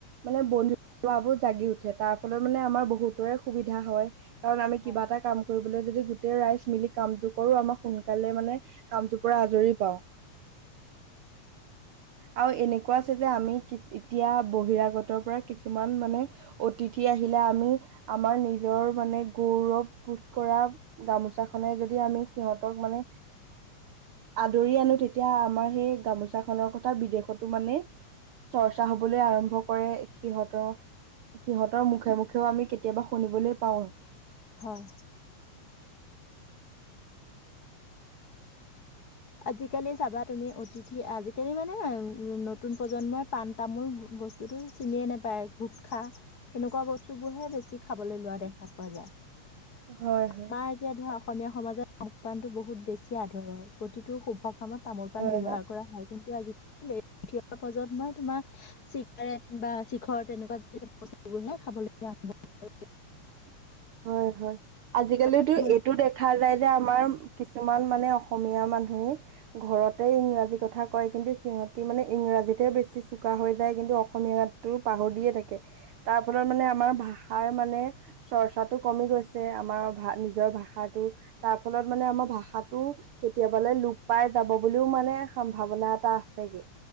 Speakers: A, on the right; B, on the left.
A: মানে বন্ধুৰ্বাৱো জাগি উঠ উঠে তাৰ ফলত মানে আমাৰ বহুতৰে সুবিধা হয়। কাৰণ আমি
B: হয়
A: কিবা এটা কাম কৰিবলৈ যদি গোটেই ৰাইজ মিলি কামটো কৰো আমাৰ সোনকালে মানে কামটো পৰা আজৰি পাওঁ, আৰু এনেকে কোৱাছে যে আমি কি এতিয়া বহিৰাগতৰ পৰা কিছুমান মানে অতিথি আহিলে আমি আমাৰ নিজৰ মানে গৌৰৱবোধ কৰা গামোচাখন য আমি সিহঁতক মানে আদৰি আনো তেতিয়া আমাৰ সেই গামোচা খনৰ কথা বিদেশতো মানে চৰ্চা হবলৈ আৰম্ভ কৰে, সিহঁতৰ সিহঁতৰ মুখে মুখেও আমি কেতিয়াবা শুনিবলৈ পাও।
B: হয়। আজিকালি চাবা তুমি অতিথি আজিকালি মানে নতুন প্ৰজন্মই পাণ তামোল বস্তুতটো চিনিয়ে নোপায় গুটখা তেনেকুৱা বস্তু বোৰহে বেছি খাবলৈ লোৱা দেখা পোৱা যায়।
A: হয় হয়।
B: আমাৰ এতিয়া ধৰা অসমীয়া সমাজত সংস্থানতটো বহুত বেছি আধৰুৱা প্ৰতিটো শুভ কামত তামোল পা
A: হয়
B: ব্যৱহাৰ
A: হয়।
B: কৰা হয় কিন্তু আজিালি থিয়ৰ পজত মই তোমাৰ চিগাৰেট বা চিখৰ তেনেকুৱা য বস্তুবোৰহে খাবলৈ আৰম্ভ কৰে।
A: <inaudible> হয়, হয় আজিকালি
B: আৰম্ভ
A: এইটো দেখা যায় যে আমাৰ কিছুমান মানে অসমীয়া মানুহেই ঘৰতে ইংৰাজী কথা কয় কিন্তু সিহঁতি মানে ইংৰাজীতে বেছি চোকা হৈ যায় কিন্তু অসমীয়াটো পাহৰি দিয়ে থাকে তাৰ ফলত মানে আমাৰ ভাষাৰ মানে চৰ্চাত কমি গৈছে আমাৰ নিজৰ ভাষাটো তাৰ ফলত মানে আমাৰ ভাষাটো কেতিয়ে লোভ পাই যাব বুলিও মানে সম্ভাৱনা এটা আছেগে।